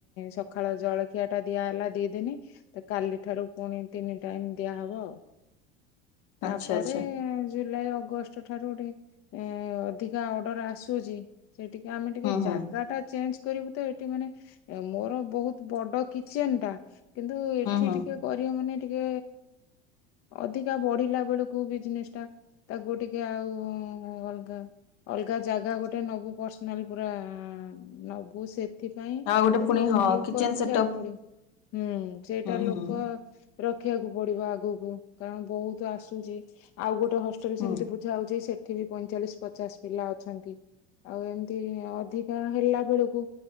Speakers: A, on the left; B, on the left.
A: ସଖାଳ ଜଳଖିଆ ଟା ଦିଆ ହେଲା ଦିଇ ଦିନି। କାଲି ଠାରୁ ପୁଣି ତିନି ଟାଇମ୍ ଦିଆହବ ଆଉ। ତାପରେ
B: ଆଚ୍ଛା ଆଚ୍ଛା
A: ଜୁଲାଇ ଅଗଷ୍ଟ। ସୋଠାରୁ ଟିକେ ଏ‍ଁ ଅଧିକା ଅର୍ଡର ଆସୁଚି। ସେଟିକେ ଆମେ ଟିକେ
B: ହୁଁ ହୁଁ
A: ଜାଗା ଟା ଚେଞ୍ଜ। କରିବୁ ତ ଏଠି ମାନେ ମୋର ବହୁତ ବଡ କିଚେନ ଟା କିନ୍ତୁ ଏଠି
B: ହୁଁ ହୁଁ
A: ଟିକି ବାକ୍। କରିବ ମାନେ ଟିକେ ଅଧିକା ବଢିଲା ବେଳକୁ ବିଜନେସ ଟା ତାକୁ ଟିକେ ଆଉ ହଁ ଅଲଗା ଅଲଗା ଜାଗା ଗୋଟେ ନବୁ ପର୍ସନାଲ ପୁରା ନବୁ ସେତ୍। ଏଥିପାଇଁ
B: ଆଉ ଗୋଟେ
A: ଲେ
B: ପୁଣି ହଁ
A: ଲୋକ
B: କିଚେନ
A: ରଖିବାକୁ
B: ସେଟଅପ୍
A: ପଡିବ ହୁଁ ସେଇଟା
B: ହୁଁ
A: ଲୋକ
B: ହୁଁ
A: ରଖିବାକୁ ପଡିବ ଆଗକୁ କାରଣ ବହୁତ ଆସୁଚି ଆଉ ଗୋଟେ ହଷ୍ଟେଲ
B: ହୁଁ
A: ସେମ୍ତି ଭୂତ୍ ଯାଉଚି ସେଠି ବି ପଇଁଚାଳିଶ ପଚାଶ ପିଲା ଅଛନ୍ତି ଆଉ ଏମ୍ତି ଅଧିକା ହେଲା ବେଳକୁ।